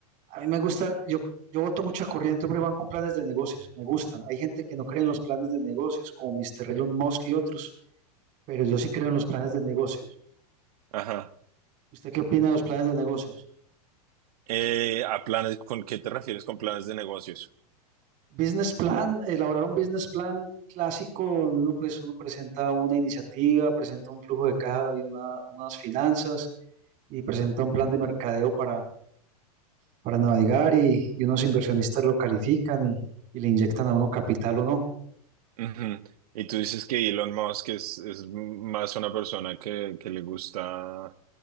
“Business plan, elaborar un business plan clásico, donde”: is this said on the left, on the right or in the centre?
Right